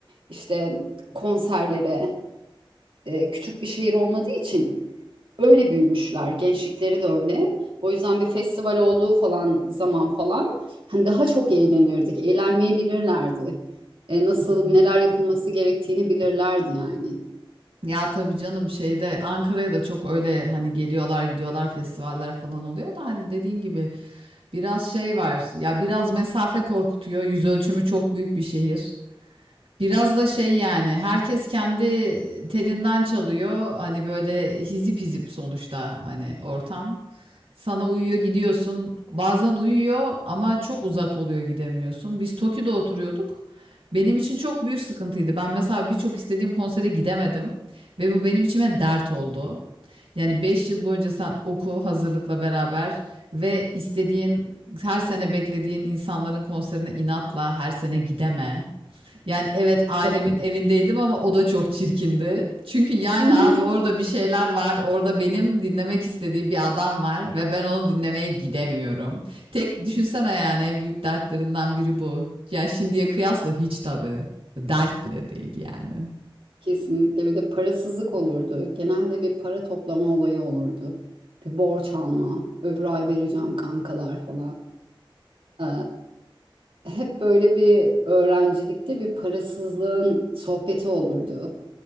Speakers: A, on the right; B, on the right.
A: işte konserlere, e, küçük bir şehir olmadığı için öyle büyümüşler. Gençlikleri de öyle. O yüzden bir festival olduğu falan zaman falan hani daha çok eğlenirdik. Eğlenmeyi bilirlerdi. E, nasıl
B: tabii canım.
A: neler yapılması gerektiğini bilirlerdi yani.
B: Ya tabii canım şeyde Ankara'ya da çok öyle hani geliyorlar gidiyorlar festivaller falan oluyor da hani dediğin gibi biraz şey var ya biraz mesafe korkutuyor yüz ölçümü çok büyük bir şehir Biraz da şey yani herkes kendi telinden çalıyor. Hani böyle hizip hizip sonuçta hani ortam. Sana uyuyor gidiyorsun. Bazen uyuyor ama çok uzak oluyor gidemiyorsun. Biz Toki'de oturuyorduk. Benim için çok büyük sıkıntıydı. Ben mesela birçok istediğim konsere gidemedim ve bu benim içime dert oldu. Yani 5 yıl boyunca sen oku hazırlıkla beraber ve istediğin her sene beklediğin insanların konserine inatla her sene gideme. Yani evet ailemin
A: Evet.
B: evindeydim ama o da çok çirkindi. Çünkü yani
A: <laughs>
B: abi orada bir şeyler var. Orada benim dinlemek istediğim bir adam var ve ben onu dinlemeye gidemiyorum. Tek düşünsene yani en büyük dertlerinden biri bu. Yani şimdiye kıyasla hiç tabii. Dert bile değil yani.
A: Kesinlikle bir de parasızlık olurdu. Genelde bir para toplama olayı olurdu. Bir borç alma, öbür ay vereceğim kankalar falan. Ee, hep böyle bir öğrencilikte bir parasızlığın sohbeti olurdu